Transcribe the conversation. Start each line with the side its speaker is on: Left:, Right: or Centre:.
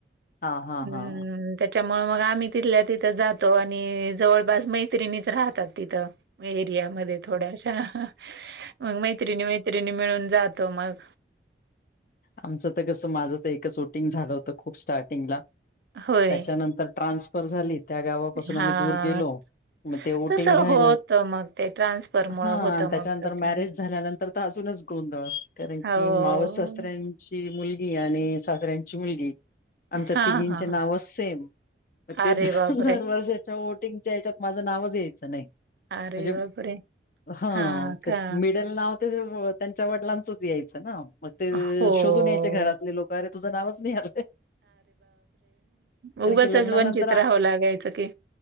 Left: हा हा
Right: हम्म,
Left: हा.
Right: त्याच्यामुळे मग आम्ही तिथल्या तिथं जातो. आणि जवळपास मैत्रिणीच राहतात तिथं. एरियामध्ये थोड्याशा. मग मैत्रिणी मैत्रिणी मिळून जातो मग.
Left: आमचं त कसं? माझं तर एकच बोटिंग झालं होतं. खूप स्टार्टिंगला.
Right: होय.
Left: त्याच्यानंतर ट्रान्सफर झाली. त्या गावापासून आम्ही
Right: हां,
Left: दूर गेलो. मग ते ओटिंग
Right: तसं
Left: राहिलंच.
Right: होतं मग ते ट्रान्सफरमुळं
Left: हा
Right: होतं
Left: आणि त्याच्यानंतर
Right: मग तसं.
Left: मॅरेज झाल्यानंतर तर तर अजूनच गोंधळ. कारण
Right: हो.
Left: की मावस सासऱ्यान ची मुलगी आणि सासऱ्यांची मुलगी. आमच्या
Right: हां,
Left: तिघींचे
Right: हां,
Left: नावच
Right: हां.
Left: सेम. मग ते
Right: अरे
Left: द
Right: बापरे!
Left: दर वर्षाच्या वोटिंगच्या याच्यात माझं नावच यायचं नाही.
Right: अरे
Left: म्हणजे
Right: बापरे
Left: हा
Right: हां
Left: ते
Right: का?
Left: मिडल नाव ते त्यांच्या वडिलांचच यायचं ना मग ते
Right: हो.
Left: शोधून यायचे घरातले लोकरे तुझं नावच नाही आलंय
Right: उगंचच
Left: कारण की लग्नानंतर
Right: वंचित
Left: आप
Right: राहाहवं लागायचं की